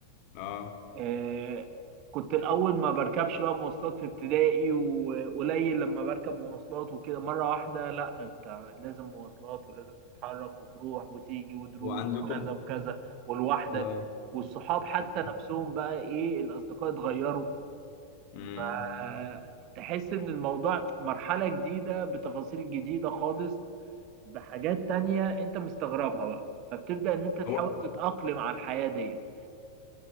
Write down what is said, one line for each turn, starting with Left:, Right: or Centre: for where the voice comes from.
Left: اه
Right: آه، كنت الأول ما بركبش بقى مواصلات في ابتدائي وقليل لما بركب مواصلات وكده مرة واحدة لا انت لازم مواصلات ولازم تتحرك وتروح وتيجي ودروس
Left: وعندكم
Right: وكذا وكذا ولوحدك
Left: اه
Right: والصحاب حتى
Left: امم
Right: نفسهم بقى ايه الأصدقاء اتغيروا
Left: امم
Right: فتحس ان الموضوع مرحلة جديدة بتفاصيل جديدة خالص بحاجات تانية انت مستغربها بقى فبتبدأ ان انت تحاول
Left: هو
Right: تتأقلم على الحياة ديت